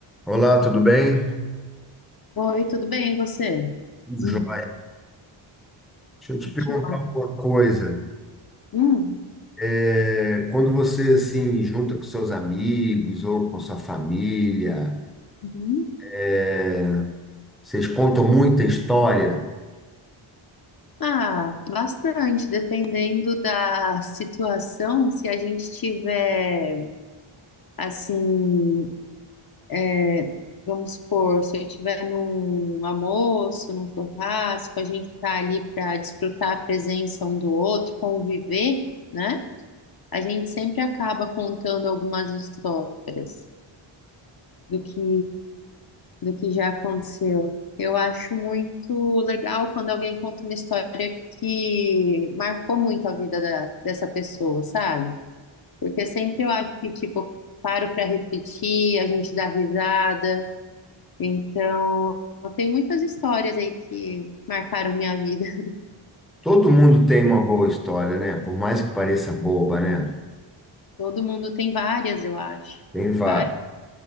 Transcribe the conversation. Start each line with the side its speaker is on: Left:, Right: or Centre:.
Centre: Olá, tudo bem?
Left: Oi, tudo bem, e você?
Centre: Hum.
Left: Hum,
Centre: Joia. Deixa eu te
Left: que
Centre: perguntar
Left: ótimo.
Centre: uma coisa.
Left: Hum,
Centre: É, quando você assim junta com seus amigos ou com sua família,
Left: uhum.
Centre: é, vocês contam muita história.
Left: Ah, bastante, dependendo da situação, se a gente tiver, assim, é, vamos supor, se eu tiver num almoço, num churrasco, a gente está ali para desfrutar a presença um do outro, conviver, né? A gente sempre acaba contando algumas histórias. do que do que já aconteceu. Eu acho muito legal quando alguém conta uma história que marcou muito a vida da, dessa pessoa, sabe? Porque sempre eu acho que, tipo, eu paro para refletir, a gente dá risada. Então, eu tenho muitas histórias aí que marcaram minha vida. <laughs>
Centre: Todo mundo tem uma boa história, né? Por mais que pareça boba, né?
Left: Todo mundo tem várias, eu acho.
Centre: Tem
Left: Várias.
Centre: va-